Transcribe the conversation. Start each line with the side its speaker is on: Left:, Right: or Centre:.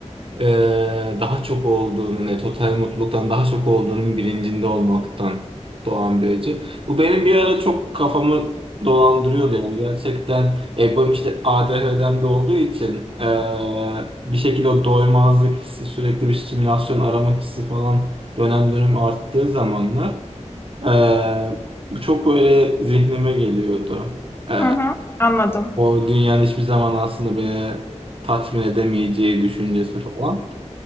Right: e, daha çok olduğunu, ne total mutluluktan daha çok olduğunun bilincinde olmaktan doğan bir acı. Bu benim bir ara çok kafamı dolandırıyordu yani gerçekten e, benim işte ADHD'm de olduğu için e, bir şekilde o doymazlık hissi sürekli bir stimülasyon arama hissi falan dönem dönem arttığı zamanlar e, bu çok böyle zihnime geliyordu. E,
Left: hı hı. Anladım.
Right: o dünyanın hiçbir zaman aslında beni tatmin edemeyeceği düşüncesi falan.